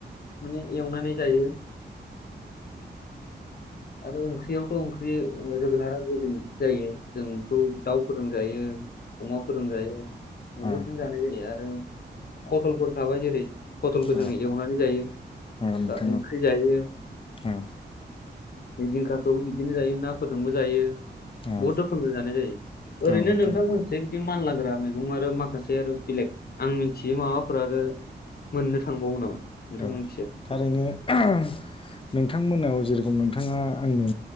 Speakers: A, on the left; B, on the left.
A: माने एवनानै जायो। आरो ओंख्रियावथ' ओंख्रि जोगोनारा गोदै जायो जों बेखौ दाउफोरजों जायो। अमा फोरोजों जायो
B: औ
A: बहुदजोंनो
B: औ
A: जानाय जायो आरो पथलफोर थाबाय जेरै पथलखौ
B: औ
A: जोङो एवनानै जायो।
B: औ नोंथां
A: दा ओंख्रि
B: औ
A: जायो
B: औ
A: जिंखाखौबो बिदिनो जायो नाफोरजोंबो जायो
B: औ
A: बहुद रोखोमबो जानाय जायो। ओरैनो
B: औ नोंथां
A: नोंथांमोनसे बिदि मानलाग्रा मैगं आरो माखासे आरो बेलेग आं मिथियो माबाफोर आरो मोननो थांबावो नामा नोंथां
B: औ
A: मिथिया
B: <unintelligible> नोंथांमोनाव जेरेखम नोंथाङा आंनो